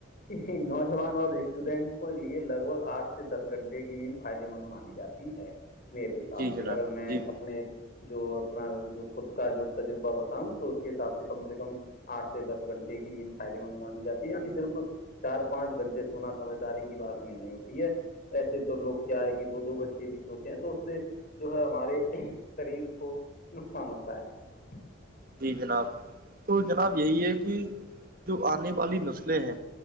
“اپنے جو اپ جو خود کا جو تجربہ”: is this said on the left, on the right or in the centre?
Left